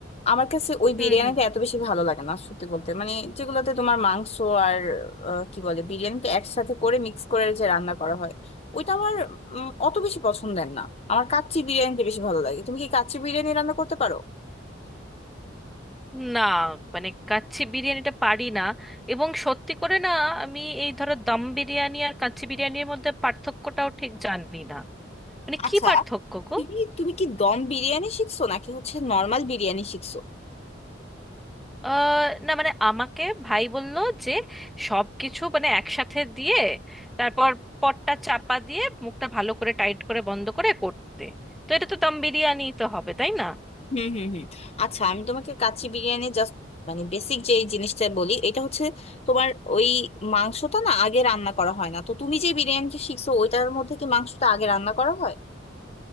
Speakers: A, on the left (about 35°); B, in the centre.
A: আমার কাছে ওই
B: হুম
A: বিরিয়ানিটা
B: হুম
A: এত বেশি ভালো লাগে না সত্যি বলতে মানে যেগুলোতে তোমার মাংস আর আহ, কি বলে বিরিয়ানিটা একসাথে করে মিক্স করে যে রান্না করা হয় ওইটা আমার উম, অত বেশি পছন্দের না আমার কাচ্চি বিরিয়ানিটা বেশি ভালো লাগে তুমি কি কাচ্চি বিরিয়ানি রান্না করতে পারো
B: না মানে কাচ্চি বিরিয়ানিটা পারি না এবং সত্যি করে না আমি এই ধরো দম বিরিয়ানি আর কাচ্চি বিরিয়ানির মধ্যে পার্থক্যটাও ঠিক জানি না মানে
A: আচ্ছা
B: কি পার্থক্য গো
A: তুমি তুমি কি দম বিরিয়ানি শিখছো নাকি হচ্ছে নর্মাল বিরিয়ানি শিখছো
B: আহ, না মানে আমাকে ভাই বলল যে সব কিছু মানে একসাথে দিয়ে তারপর পটটা চাপা দিয়ে মুখটা ভালো করে টাইট করে বন্ধ করে করতে তো এটা তো দম বিরিয়ানি তো হবে তাই না
A: হুম হুম হুম আচ্ছা আমি তোমাকে কাচ্চি বিরিয়ানি জাস্ট মানে বেসিক যে এই জিনিসটা বলি এটা হচ্ছে তোমার ওই মাংসটা না আগে রান্না করা হয় না তো তুমি যে বিরিয়ানিটা শিখছো ওইটার মধ্যে কি মাংসটা আগে রান্না করা হয়